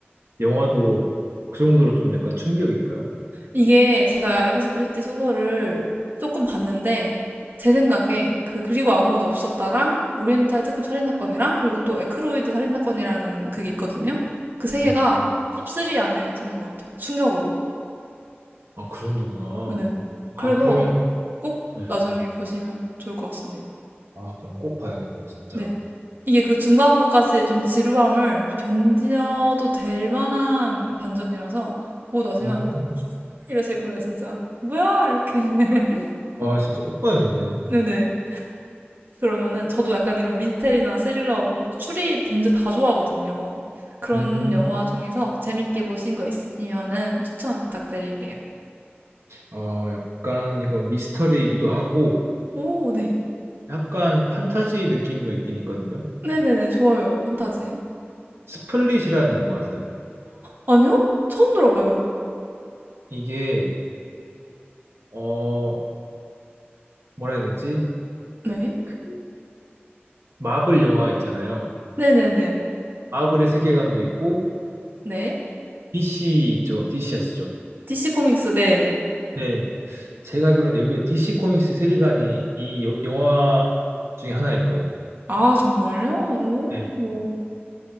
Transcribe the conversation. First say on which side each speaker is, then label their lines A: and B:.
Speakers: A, on the right (about 90°); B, on the right (about 50°).
A: 영화도 그 정도로 좀 약간 충격일까요?
B: 이게 제가 에거서 크리스티 소설을 조금 봤는데 제 생각에 그 그리고 아무도 없었다랑 오리엔탈 특급 살인사건이랑 그리고 또 에크로이드 살인사건이라는 그게 있거든요. 그 세 개가
A: 네.
B: 탑3 안에 드는 것 같아요. 충격으로.
A: 아, 그 정도구나.
B: 네. 그래서
A: 아, 그러면,
B: 꼭
A: 네.
B: 나중에 보시면 좋을 것 같습니다.
A: 아, 그럼 꼭 봐야겠네요, 진짜.
B: 네. 이게 그 중반부까지의 좀 지루함을 견뎌도 될 만한 반전이라서 보고 나시면
A: 음,
B: 이러실 거예요, 진짜. 뭐야? 이렇게. <laughs>
A: 아, 진짜 꼭 봐야겠네요.
B: 네네. 그러면은 저도 약간 이런 미스테리나 스릴러, 뭐 추리, 범죄 다 좋아하거든요. 그런
A: 음.
B: 영화 음. 중에서 재밌게 보신 거 있으시면은 추천 부탁드릴게요.
A: 어, 약간 이거 미스터리이기도 하고
B: 오, 네.
A: 약간 판타지 느낌도 있긴 있거든요.
B: 네네네, 좋아요. 판타지.
A: 스플릿이라는 영화 아세요?
B: 아니요? 처음 들어봐요.
A: 이게 어, 뭐라 해야 되지?
B: 네.
A: 그 마블 영화 있잖아요.
B: 네네네.
A: 마블의 세계관도 있고
B: 네.
A: DC 있죠. DC 아시죠?
B: DC 코믹스, 네.
A: 네. 제가 알기로는 여기 DC 코믹스 세계관이 이 여- 영화 중에 하나일 거예요.
B: 아, 정말요? 오,
A: 네.
B: 오.